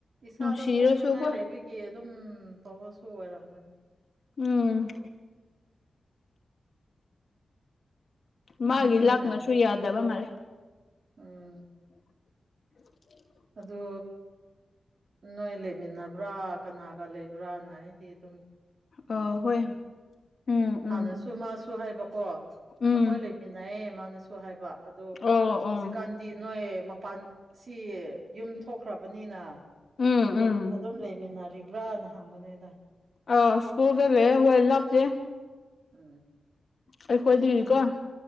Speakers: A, on the right; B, on the left.
A: ꯏꯁꯥꯗ
B: ꯅꯨꯡꯁꯤꯔꯁꯨꯀꯣ
A: ꯊꯣꯛꯅꯤꯡꯉꯥꯏ ꯂꯩꯕꯒꯤ ꯒꯤ ꯑꯗꯨꯝ ꯇꯧꯕꯁꯨ ꯑꯣꯏꯔꯝꯒꯅꯤ
B: ꯎꯝ ꯃꯥꯒꯤ
A: ꯃꯤꯅ
B: ꯂꯥꯛꯅꯁꯨ ꯌꯥꯗꯕ ꯃꯥꯜꯂꯦ
A: ꯎꯝ
B: <unintelligible>
A: ꯑꯗꯨ ꯅꯣꯏ ꯂꯩꯃꯤꯟꯅꯕ꯭ꯔꯥ ꯀꯅꯥꯒ ꯂꯩꯕ꯭ꯔꯥꯅ ꯍꯥꯏꯗꯤ ꯑꯗꯨꯝ ꯍꯪꯅꯤꯡꯕꯅꯤ
B: ꯑ ꯍꯣꯏ ꯎꯝ
A: ꯍꯥꯟꯅꯁꯨ
B: ꯎꯝ
A: ꯃꯥꯁꯨ ꯍꯥꯏꯕꯀꯣ
B: ꯎꯝ
A: ꯑꯩꯈꯣꯏ ꯂꯩꯃꯤꯟꯅꯩꯌꯦ ꯃꯥꯅꯁꯨ ꯍꯥꯏꯕ ꯑꯗꯣ
B: ꯑꯣ ꯑꯣ
A: ꯍꯧꯖꯤꯛꯀꯥꯟ ꯗꯤ ꯅꯣꯏ ꯃꯄꯥꯟꯁꯤ ꯌꯨꯝ ꯊꯣꯛꯈ꯭ꯔꯕꯅꯤꯅ
B: ꯎꯝ
A: ꯅꯣꯏ
B: ꯎꯝ
A: ꯑꯗꯨꯝ ꯂꯩꯃꯤꯟꯅꯔꯤꯕ꯭ꯔꯅ ꯍꯪꯕꯅꯦꯗ
B: ꯑ ꯁ꯭ꯀꯨꯜꯗ ꯂꯩꯌꯦ ꯍꯣꯏ ꯂꯥꯞꯇꯦ
A: ꯎꯝ
B: ꯑꯩꯈꯣꯏꯗꯒꯤꯀꯣ
A: ꯅꯨꯡꯉꯥꯏ